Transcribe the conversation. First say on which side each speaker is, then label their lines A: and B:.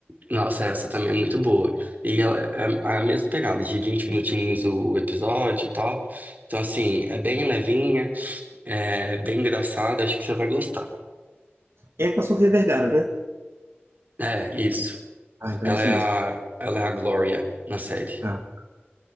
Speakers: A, on the right; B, on the right.
A: Nossa, essa também é muito boa. E ela é é a mesma pegada, de 20 minutinhos o episódio e tal. Então, assim, é bem levinha, é bem engraçada, acho que você vai gostar.
B: É com a Sofia Vergara, né?
A: É, isso.
B: Ah, então
A: Ela
B: é essa
A: é
B: mesmo.
A: a, ela é a Glória na série,
B: Ah,